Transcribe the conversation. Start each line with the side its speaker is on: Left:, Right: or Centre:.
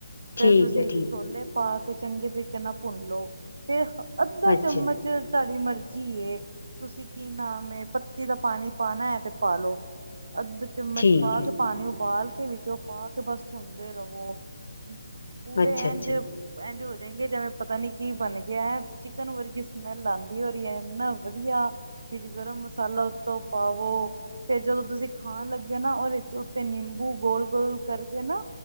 Right: ਫੇਰ
Left: ਠੀਕ
Right: ਤੁਸੀਂ,
Left: ਹੈ ਠੀਕ
Right: ਛੋਲੇ ਪਾ ਕੇ ਚੰਗੇ ਤਰੀਕੇ ਨਾਲ ਭੁੰਨ ਲੋ, ਫਿਰ ਅੱਧਾ
Left: ਅੱਛਾ
Right: ਚਮਚ ਤੁਹਾਡੀ ਮਰਜ਼ੀ ਹੈ, ਤੁਸੀਂ ਕੀ ਨਾਮ ਪੱਤੀ ਦਾ ਪਾਣੀ ਪਾਣਾ ਹੈ ਤਾਂ ਪਾ ਲਓ। ਅੱਧ ਚਮਚ
Left: ਠੀਕ
Right: ਪਾ
Left: ਹੈ
Right: ਕੇ, ਪਾਣੀ ਉਬਾਲ ਕੇ, ਵਿੱਚੋਂ ਪਾ ਕੇ, ਬਸ ਭੁੰਨਦੇ ਰਹੋ। ਪੂਰੇ
Left: ਅੱਛਾ ਅੱਛਾ
Right: ਇਝ, ਇਝ ਹੋ ਜਾਏ ਕਿ ਜਿਵੇਂ ਪਤਾ ਨੀ ਕੀ ਬਣ ਗਿਆ ਹੈ, ਚਿਕਨ ਵਰਗੀ ਸਮੈਲ ਆਉਂਦਾ ਕਈ ਵਾਰੀ ਇਨ੍ਹਾਂ ਵਧੀਆ, ਵਿਚ ਗਰਮ ਮਸਾਲਾ ਮਸਾਲਾ ਉੱਤੋਂ ਪਾਵੋ, ਫਿਰ ਜਦੋਂ ਤੁਸੀਂ ਖਾਣ ਲੱਗੇ ਨਾ ਉਹਦੇ ਵਿਚ ਉੱਤੇ ਨਿੰਬੂ ਗੋਲ ਗੋਲ ਕਰਕੇ ਨਾ,